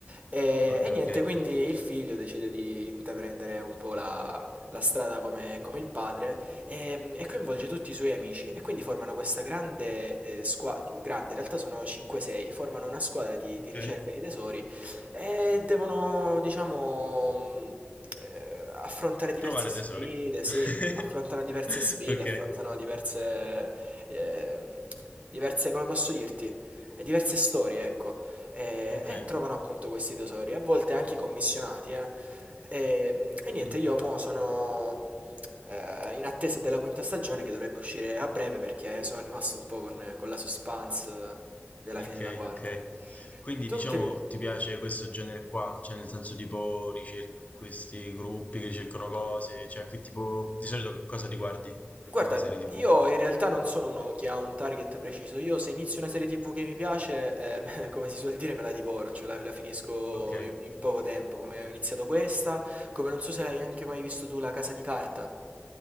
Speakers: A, on the right; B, on the left.
A: E,
B: Ok,
A: e
B: ok.
A: niente, quindi il figlio decide di intraprendere un po' la, la strada come, come il padre e, e coinvolge tutti i suoi amici e quindi formano questa grande squadra, grande, in realtà sono 5-6, formano una squadra di,
B: Ok.
A: di ricerca di tesori eh, devono diciamo, mhmm, ehm, affrontare diverse
B: Trovare
A: sfide,
B: tesori.
A: sì,
B: <laughs>
A: affrontano diverse sfide,
B: Ok.
A: affrontano diverse ehm, diverse come posso dirti, ehm, diverse storie, ecco, ehm,
B: Ok.
A: e trovano appunto questi tesori, a volte anche commissionati, eh. Ehm, e niente,
B: Mm.
A: io mo sono, mhmm, ehm, in attesa della quinta stagione che dovrebbe uscire a breve perché sono rimasto un po' con con la suspense della fine
B: Ok,
A: della quarta.
B: ok. Quindi
A: Tu
B: diciamo
A: che mi...
B: ti piace questo genere qua? Cioè nel senso tipo ricer- questi gruppi che cercano cose, cioè che tipo di solito che cosa riguardi
A: Guarda,
B: come serie TV?
A: io in realtà non sono uno che ha un target preciso. Io se inizio una serie TV che mi piace, eh, <laughs> come si suol dire, me la divoro, cioè la, la finisco
B: Ok,
A: in, in poco tempo, come ho iniziato questa, come non so se l'hai anche mai visto tu La Casa di Carta.